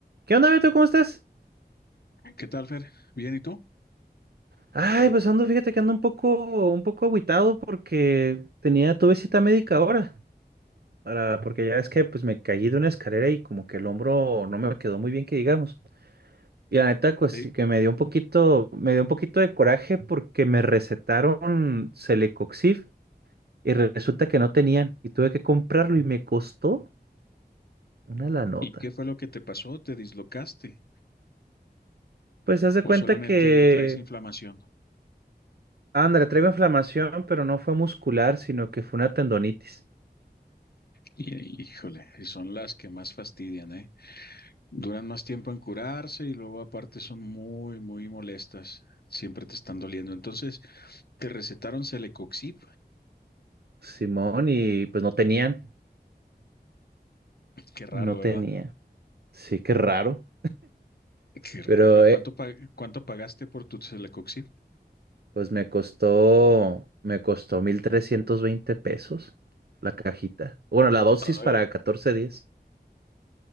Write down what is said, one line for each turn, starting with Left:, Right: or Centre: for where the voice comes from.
Right: ¿Qué onda, Beto? ¿Cómo estás?
Left: ¿Qué tal, Fer? ¿Bien y tú?
Right: Ay, pues ando, fíjate que ando un poco, un poco agüitado porque tenía, tuve cita médica ahora, para, porque ya ves que pues me caí de una escalera y como que el hombro no me quedó muy bien que digamos. Y la neta, pues
Left: Sí.
Right: sí que me dio un poquito, me dio un poquito de coraje porque me recetaron Celecoxib y resulta que no tenían y tuve que comprarlo y me costó una la nota.
Left: ¿Y qué fue lo que te pasó? ¿Te dislocaste?
Right: Pues se hace
Left: ¿O
Right: cuenta
Left: solamente
Right: que,
Left: traes inflamación?
Right: ándale, traigo inflamación, pero no fue muscular, sino que fue una tendonitis.
Left: Y, híjole, y son las que más fastidian, ¿eh? Duran más tiempo en curarse y luego aparte son muy, muy molestas. Siempre te están doliendo. Entonces, te recetaron Celecoxib.
Right: Simón y pues no tenían,
Left: Qué raro,
Right: no
Left: ¿verdad?
Right: tenían. Sí, qué raro.
Left: Qué raro.
Right: Pero
Left: ¿Y cuánto,
Right: eh,
Left: pa- cuánto pagaste por tu Celecoxib?
Right: pues me costó, me costó 1320 pesos la cajita. Bueno, la dosis
Left: Ay,
Right: para 14 días.